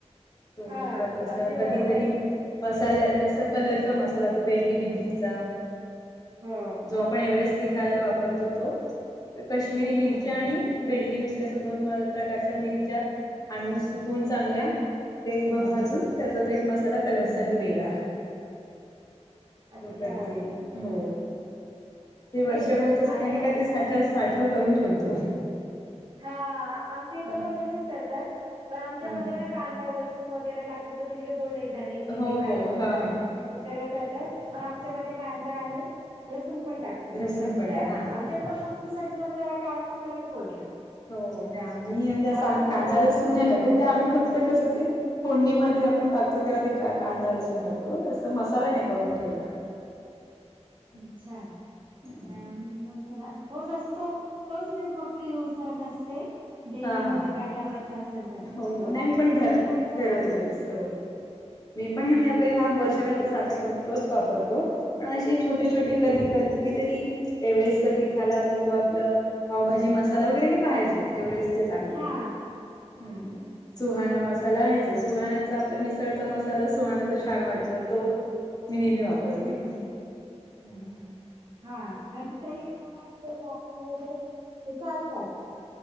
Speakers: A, on the left; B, on the right.
A: तो
B: हा
A: परस
B: अगदी
A: कधीतरी
B: बरोबर
A: मसाल्या म्हणजे अस कलरचा मसाला होता बेडगी मिरचीचा
B: हो
A: जो आपण एव्हरेस्ट तिखालाला वापरतो तो कश्मीिरी
B: हम्म
A: मिरच्या
B: हम्म हम्म
A: आणि बेडगी मिरची अस दोन प्रकारच्या मिरच्या आणून सुकून चांगल्या ते भाजून त्याचा तो एक मसाला कलर साठी वेगळा
B: अच्छा
A: तू करते हो ते वर्षभराच
B: मी
A: अस
B: आहे
A: काही नाही काय तर साठ साठव करून ठेवतो.
B: हा आमच्या इथं
A: हम्म
B: पण तसेच करता पण आमच्या मध्ये
A: हम्म
B: नाही कांदा लसू न वगैरे टाकत तुम्ही जे बोले धनी बिनी
A: हो
B: खडे
A: हो
B: मसाल्या
A: हा हा
B: हे
A: हा हम्म
B: सगळ करतात पण आमच्यामध्ये कांदा आणि लसूून पण टाकतात
A: लसूण
B: मग
A: पण
B: त्या
A: टाक हा हो
B: आमच्या आता मोस्टली सगळे जण त्याला काळा मसालाच बोलतात.
A: हो हो नाही आम्ही म्हणजे असं
B: हा
A: आम्ही कांदा
B: तो वर्षभराचा
A: लसून नाही टाकत
B: करतात
A: त्या आम्ही फक्त कसं ते फोडणीमध्ये आपण टाकतो तेव्हा ते कांदा लसुन टाकतो असं मसाला नाही करून ठेवत. <inaudible>
B: अच्छा नाही
A: हम्म
B: आम्ही मसाला तोच असतो तोच मी फक्त युज करत असते डेलीमध्ये
A: हा हा
B: काय टाकायच
A: हा
B: आसल तर
A: हो हो
B: पण
A: नाही
B: बाकीचे
A: मी
B: रेडीमेट
A: घर घरातलंच हो मी पण हे म्हणजे आप ह्या वर्षभराचा साठा कोण तोच वापरतो पण असे छोटे छोटे कधीकधी तरी एव्हरेस्ट तिखालाल किंवा आपलं पावभाजी मसाला वगैरे हे बाहेरचेच एव्हरेस्टचेच आणते
B: हा
A: हम्. सुहाणा मसाला ह्याच सुहाण्याचा आपला मिसळचा मसाला सुहाणचा छान वाटतो तो मी नेहमी वापरते
B: हम्म
A: हम्.
B: हा कधीतरी काय <unintelligible> वापरलेले ते चालतात.